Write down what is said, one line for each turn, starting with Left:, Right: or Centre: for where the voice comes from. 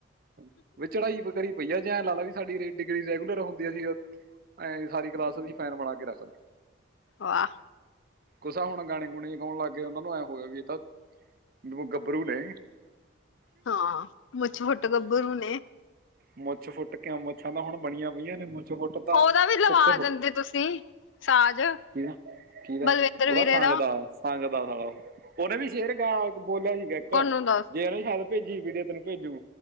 Right: <inaudible> ਵੀ ਝੜਾਈ ਵ ਕਰੀ ਵਈਆ ਜੇ ਲਾਲ ਲਾ ਵੀ ਸਾਡੀ ਡਿਗਰੀ ਰੈਗੂਲਰ ਹੁੰਦੀ ਆ ਸੀ, ਸਾਰੀ <inaudible> ਕਰਾਸ ਦੀ ਫੈਨ ਬਣਾ ਕੇ ਰੱਖਦੇ।
Left: ਵਾਹ
Right: ਕੁਛ ਹੁਣ ਗਾਣੇ-ਗੁਣੇ ਗਾਉਣ ਲੱਗ ਗਏ। ਉਹਨਾਂ ਨੂੰ ਐਂ ਹੋਗਿਆ ਵੀ ਇਹ ਤਾਂ ਨੋ ਗੱਬਰੂ ਨੇ
Left: ਹਾਂ, ਮੁਛ ਫੁੱਟ ਗੱਭਰੂ ਨੇ।
Right: ਮੁੱਛ ਫੁੱਟ ਕਿਉਂ ਮੁੱਛਾਂ ਤਾਂ ਹੁਣ ਬਣੀਆਂ ਪਈਆਂ ਨੇ ਮੁੱਛ ਫੁੱਟ ਤਾਂ
Left: ਉਹਦਾ ਵੀ ਲਵਾ
Right: <unintelligible>
Left: ਦਿੰਦੇ ਤੁਸੀਂ ਸਾਜ
Right: ਕੀ ਦਾ ਕੀ ਦਾ
Left: ਬਲਵਿੰਦਰ
Right: ਓਹ
Left: ਵੀਰੇ
Right: ਤਾਂ ਸੰਗ ਦਾ। ਸੰਗ ਦਾ ਸਾਲਾ ਓਹ ਉਹਨੇ ਵੀ ਸ਼ੇਰ ਗਇਆ ਬੋਲਿਆ ਸੀਗਾ ਇੱਕ
Left: ਗੁਣ ਨੂੰ ਦੱਸ
Right: ਜੇ ਉਹਨੇ ਸ਼ਾਇਦ <unintelligible> ਭੇਜੀ ਵੀਡੀਓ ਤੈਨੂੰ ਭੇਜੂ,